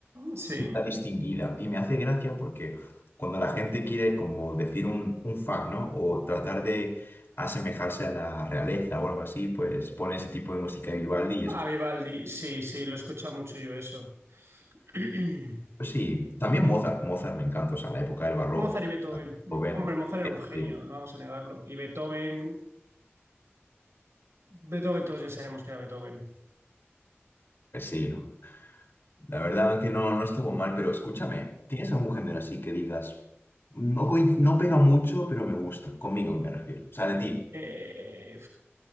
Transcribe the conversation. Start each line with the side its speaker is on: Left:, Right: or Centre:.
Right: sí.
Left: la distinguida. Y me hace gracia porque cuando la gente quiere como decir un, un fact, ¿no? O tratar de asemejarse a la realeza o algo así, pues pone ese tipo de música de Vivaldi y es como
Right: A Vivaldi, sí, sí, lo he escuchado mucho yo eso. <clears throat>
Left: Pues sí, también Mozart, Mozart me encanta, o sea, la época del barroco,
Right: Mozart y Beethoven.
Left: ah, joven,
Right: Hombre, Mozart era
Left: sí,
Right: un genio,
Left: sí,
Right: no vamos a negarlo. Y Beethoven, Beethoven todos ya sabemos que era Beethoven.
Left: pues sí, ¿no? La verdad que no, no estuvo mal, pero escúchame, ¿tienes algún género así que digas, no, coin- no pega mucho, pero me gusta, conmigo me refiero, o sea, de ti,
Right: Eh,